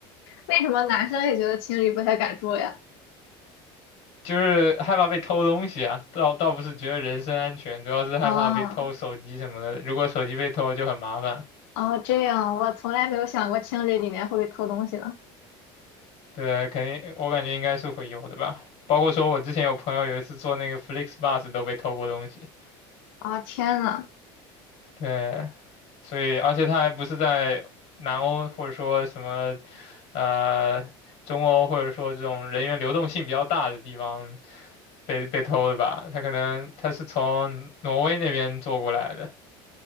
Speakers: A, on the left; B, on the left.
A: 为什么男生也觉得情侣不太敢住呀？
B: 就是害怕被偷东西啊，倒倒不是觉得人身安全，主要是害怕被偷手机什么的。
A: 啊。
B: 如果手机被偷就很麻烦，
A: 哦，这样啊我从来没有想过清理里面会偷东西呢。
B: 对啊，肯定我感觉应该是会有的吧。包括说我之前有朋友有一次坐那个 FlixBus 都被偷过东西，
A: 啊，天呐！
B: 对，所以而且他还不是在南欧或者说什么呃中欧或者说这种人员流动性比较大的地方被被偷的吧，他可能他是从挪威那边坐过来的。